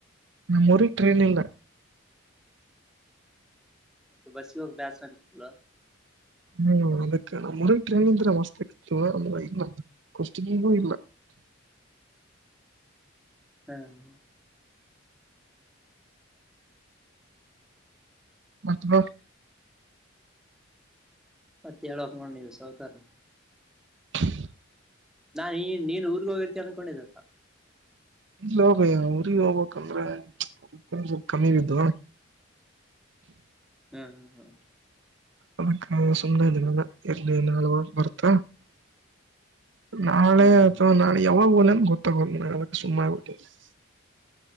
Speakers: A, on the right (about 60°); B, in the centre.
A: ನಮ್ಮ ಮುರ ಟ್ರನಲ್ಲ
B: ಮತ್ತೆ ಬಸ್ಸಿ ಹೋಗಿ ಬೇಸ್ವಂತಲ್ಲ
A: ಹ್ಮ್ ಅದಕ್ಕ ನಮ್ಮ್ ಮುರಗ್ನಂದ್ರೆ ಮಸ್ತ್ ಆಗ್ ಅಂದ್ರ ಇಲ್ಲ <inaudible> <inaudible> ಕುಷ್ಟಗಗೂ ಇಲ್ಲ <inaudible>
B: ಹ್ಮ <inaudible>
A: ಮತ್ತಲ <inaudible>
B: ಮತ್ಎಳ್ಕ್ ನೋಡ ನೀವು ಸಹಕಾರ
A: <inaudible>
B: ನಾನ್ ನೀ ನೀನ್ ಊರ್ಗ ಹೋಗಿರ್ತೀ ಅನ್ಕೊಂಡಿದಪ್ಪ <inaudible>
A: ಇಲ್ಲ ಹೋಗ ಊ್ರರಿಗೆ ಹೋಗ್ಬೇಕಕ್ಂದ್ರೆಲ್ ಕಮ್ಮಿ ಇದಿದು <inaudible> <inaudible>
B: ಹ್ಮ್ ಹ್ಮ್ ಹಾ್ <inaudible>
A: ಅದಕ್ಕ ಸುಮ್ನೆ ಇದನಲ್ಲ ಎಲ್ಲಿ ನಾಳುವ ಬರ್ತ <inaudible> ನಾಳೆ
B: ಹ್ಮ್
A: ಅಥವಾ ನಾಳೆ ಯಾವಾಗ ಲ್ಲಂದ ಗೊತ್ತಾಗೋ ನ ಸುಮ್ಮನೆ ಆಗಿಲ್ಲ <inaudible>